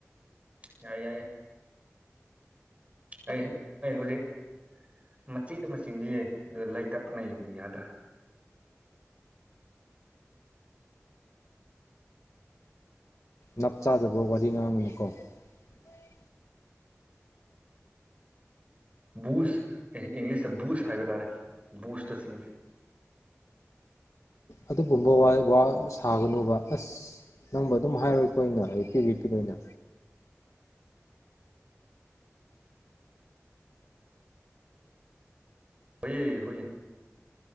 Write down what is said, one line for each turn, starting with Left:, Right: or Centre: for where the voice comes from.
Right: ꯌꯥꯏ ꯌꯥꯏ ꯌꯥꯏ ꯑꯩ ꯑꯩ ꯍꯧꯖꯤꯛ ꯃꯆꯦꯠ ꯑꯃ ꯆꯤꯡꯗꯤꯌꯦ ꯑꯗꯨ ꯂꯩ ꯇꯞꯄꯅ ꯌꯥꯗ꯭ꯔꯥ
Left: ꯅꯞ ꯆꯥꯗꯕ ꯋꯥꯔꯤ ꯉꯥꯡꯒꯅꯨꯀꯣ <unintelligible>
Right: ꯕꯨꯁ ꯏꯪꯂꯤꯁꯇ ꯕꯨꯁ ꯍꯥꯏꯕ ꯇꯥꯔꯦ ꯕꯨꯁꯇ ꯆꯤꯡꯏ
Left: ꯑꯗꯨꯒꯨꯝꯕ ꯋꯥ ꯋꯥ ꯁꯥꯒꯅꯨꯕ ꯑꯁ ꯅꯪꯕ ꯑꯗꯨꯝ ꯍꯥꯏꯔꯣꯏꯀꯣ ꯑꯩꯏꯅ ꯔꯤꯄꯤꯠ ꯔꯤꯄꯤꯠ ꯑꯣꯏꯅ
Right: ꯍꯣꯏꯌꯦ ꯍꯣꯏꯌꯦ